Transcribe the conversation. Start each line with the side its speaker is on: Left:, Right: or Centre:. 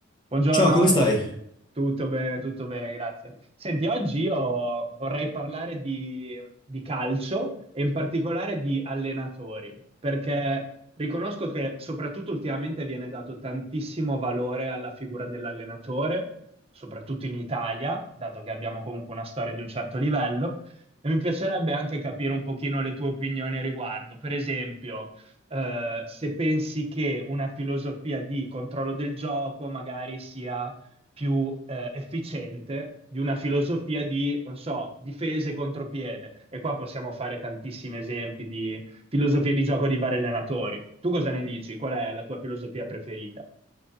Right: Buongiorno,
Left: Ciao, come stai?
Right: tutto bene, tutto bene, grazie. Senti, oggi io vorrei parlare di, di calcio e in particolare di allenatori, perché riconosco che soprattutto ultimamente viene dato tantissimo valore alla figura dell'allenatore, soprattutto in Italia, dato che abbiamo comunque una storia di un certo livello, e mi piacerebbe anche capire un pochino le tue opinioni a riguardo. Per esempio eh, se pensi che una filosofia di controllo del gioco magari sia più eh, efficiente di una filosofia di, non so, difesa e contropiede. E qua possiamo fare tantissimi esempi di filosofie di gioco di vari allenatori. Tu cosa ne dici? Qual è la tua filosofia preferita?